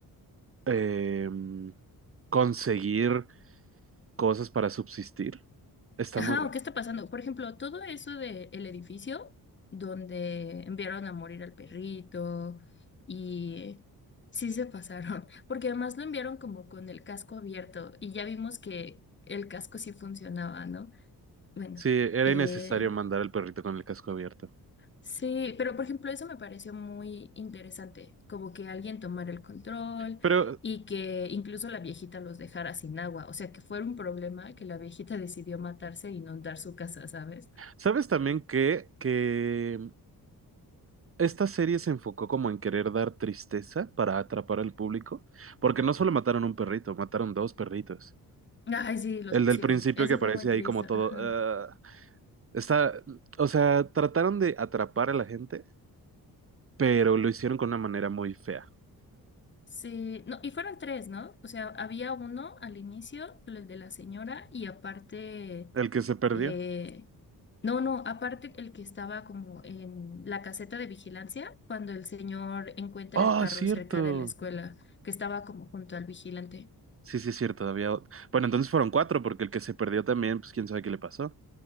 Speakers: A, on the right (about 35°); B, on the left (about 30°).
A: em, conseguir cosas para subsistir. Está
B: Ajá,
A: muy raro.
B: ¿o qué está pasando? Por ejemplo, todo eso de el edificio donde enviaron a morir al perrito y sí se pasaron, <laughs> porque además lo enviaron como con el casco abierto y ya vimos que el casco sí funcionaba, ¿no? Bueno,
A: Sí, era
B: eh,
A: innecesario mandar al perrito con el casco abierto.
B: sí, pero por ejemplo, eso me pareció muy interesante, como que alguien tomara el control
A: Pero,
B: y que incluso la viejita los dejara sin agua, o sea, que fuera un problema que la viejita decidió matarse e inundar su casa, ¿sabes?
A: ¿sabes también que, que Esta serie se enfocó como en querer dar tristeza para atrapar al público, porque no solo mataron un perrito, mataron dos perritos.
B: Ay, sí, los
A: El
B: pusieron.
A: del principio
B: Eso
A: que aparece
B: fue muy triste.
A: ahí como
B: Ajá.
A: todo, "Ah", está, o sea, trataron de atrapar a la gente, pero lo hicieron con una manera muy fea.
B: Sí, no, y fueron tres, ¿no? O sea, había uno al inicio, el de la señora, y aparte,
A: El que se perdió.
B: eh, no, no, aparte el que estaba como en la caseta de vigilancia, cuando el señor encuentra
A: Oh,
B: el carro
A: es cierto.
B: cerca de la escuela, que estaba como junto al vigilante.
A: Sí, sí, es cierto, había... o- Bueno, entonces fueron cuatro, porque el que se perdió también, pues quién sabe qué le pasó.